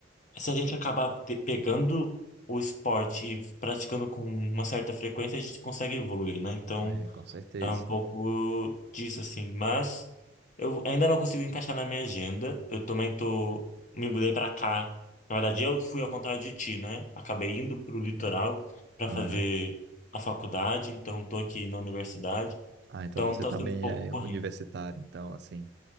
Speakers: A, on the left; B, on the right.
A: se a gente acabar te- pegando o esporte e praticando com uma certa frequência, a gente consegue evoluir, né? Então,
B: né, com certeza.
A: é um pouco disso, assim. Mas eu ainda não consigo encaixar na minha agenda. Eu também tô... Me mudei pra cá. Na verdade, eu fui ao contrário de ti, né? Acabei indo pro litoral pra
B: Aham.
A: fazer a faculdade. Então, tô aqui na universidade.
B: Ah, então
A: Então,
B: você
A: tá
B: também
A: sendo um pouco
B: é
A: corrido.
B: universitário, então, assim,